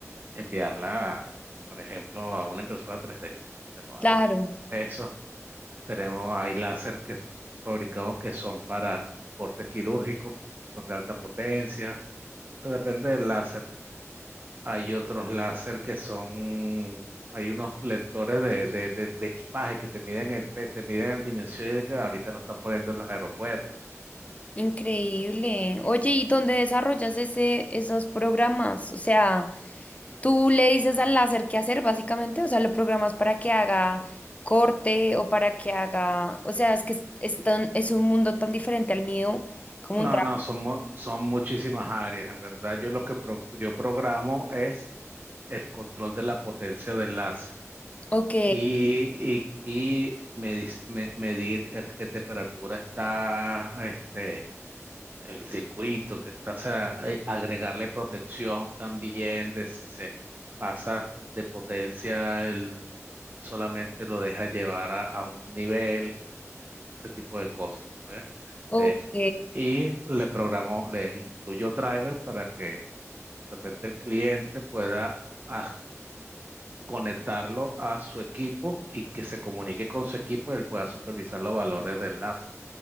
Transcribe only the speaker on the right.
enviarla, por ejemplo, a una impresora 3D que lo haga.
Eso Tenemos hay láser que nos fabricados que son para cortes quirúrgicos, que son de alta potencia, pero depende del láser. Hay otros láser que son, hay unos lectores de, de, de- de equipaje que te miden el, pe- te miden el dimensión y que ahorita lo están poniendo en los aeropuertos.
No,
no, son, mu- son muchísimas áreas. En verdad, yo lo que pro- yo programo es el control de la potencia del láser.
y, y, y medis- me- medir a qué temperatura está este, el circuito, que está, o sea, eh, agregarle protección también de si se pasa de potencia, él solamente lo deja llevar a, a un nivel, ese tipo de cosas. ¿ves?
Este, y le programó, le incluyó driver para que de repente el cliente pueda aj- conectarlo a su equipo y que se comunique con su equipo y él pueda supervisar los valores del enlace.